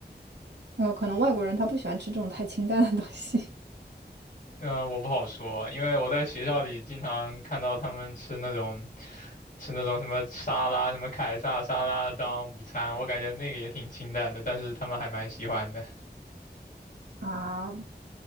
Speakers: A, on the right; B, on the left.
A: 呃，可能外国人他不喜欢吃这种太清淡的东西
B: 呃，我不好说，因为我在学校里经常看到他们吃那种。吃那种什么沙拉、什么凯撒沙拉当午餐，我感觉那个也挺清淡的，但是他们还蛮喜欢的。
A: <laughs> 啊，